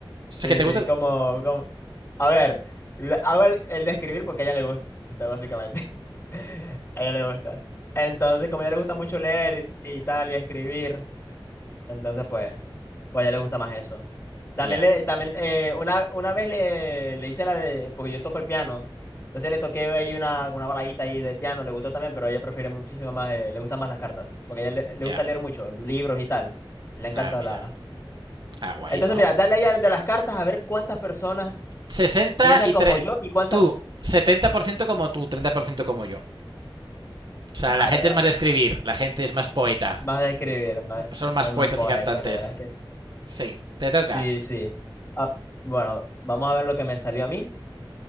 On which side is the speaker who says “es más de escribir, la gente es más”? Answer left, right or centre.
Right